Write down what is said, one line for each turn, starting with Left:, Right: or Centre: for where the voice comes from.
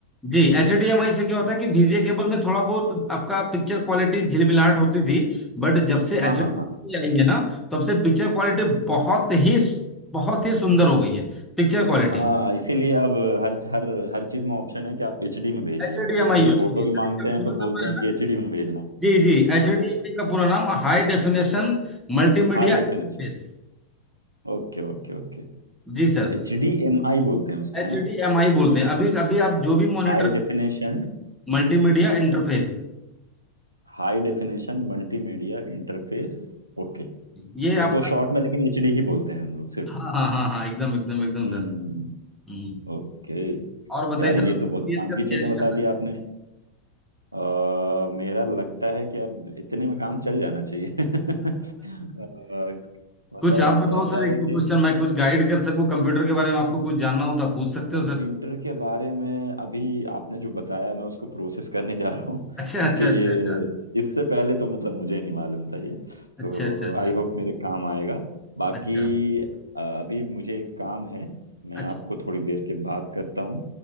Centre: जी एचडीएमआई से क्या होता है कि बीजीए केबल में थोड़ा बहुत आपका पिक्चर क्वालिटी झिलमिलाहट होती थी बट जब से
Right: हाँ
Centre: एचडी
Right: हाँ हाँ
Centre: आई है ना तब से पिक्चर क्वालिटी बहुत ही बहुत ही सुंदर हो गई है पिक्चर क्वालिटी
Right: हाँ इसीलिए अब हर हर हर चीज में ऑप्शन है कि आप एचडी में भेजिए
Centre: एचडीएमआई
Right: किसी से
Centre: यूज
Right: फोटो
Centre: कीजिए
Right: भी
Centre: सर
Right: मांगते
Centre: इसका
Right: हैं
Centre: पूरा
Right: तो
Centre: नाम
Right: बोलते
Centre: है
Right: हैं
Centre: ना
Right: कि एचडी में भेजना
Centre: जी जी एचडीएमआई
Right: हाँ
Centre: का पूरा नाम हाई डेफिनेशन मल्टीमीडिया
Right: high definition
Centre: इंटरफेस
Right: Okay okay okay
Centre: जी सर
Right: H D M I बोलते हैं उसका
Centre: एचडीएमआई
Right: है ना
Centre: बोलते हैं अभी अभी आप जो भी मॉनिटर
Right: High definition
Centre: मल्टीमीडिया इंटरफेस
Right: High definition multimedia interface Okay
Centre: ये आपका
Right: उसको शॉर्ट में लेकिन एचडी ही बोलते हैं हम लोग सिर्फ
Centre: हाँ हाँ हाँ हाँ एकदम एकदम एकदम
Right: हम्म
Centre: सर हम्म
Right: ओके
Centre: और बताइए
Right: यार
Centre: सर
Right: ये
Centre: आपका
Right: तो बहुत
Centre: पीएस
Right: काम
Centre: का
Right: की
Centre: तैयारी
Right: चीजें बता
Centre: कैसा
Right: दी आपने आ, मेरा लगता है कि अब इतने में काम चल जाना चाहिए <laughs> अ,
Centre: <laughs>
Right: मतलब
Centre: कुछ आप बताओ
Right: ऐसा
Centre: सर
Right: है
Centre: एक दो
Right: कि
Centre: क्वेश्चन मैं कुछ गाइड कर सकूं कंप्यूटर के बारे में आपको कुछ जानना हो तो आप पूछ सकते
Right: कंप्यूटर
Centre: हो सर
Right: के बारे में अभी आपने जो बताया मैं उसको प्रोसेस करने जा रहा हूँ
Centre: अच्छा
Right: <laughs> क्योंकि
Centre: अच्छा
Right: ये
Centre: अच्छा अच्छा
Right: इससे पहले तो मतलब मुझे नहीं मालूम था ये तो
Centre: अच्छा अच्छा अच्छा
Right: आई होप मेरे काम आएगा बाकी
Centre: अच्छा
Right: अ, अभी मुझे एक काम है मैं
Centre: अच्छा
Right: आपको थोड़ी देर के बात करता हूँ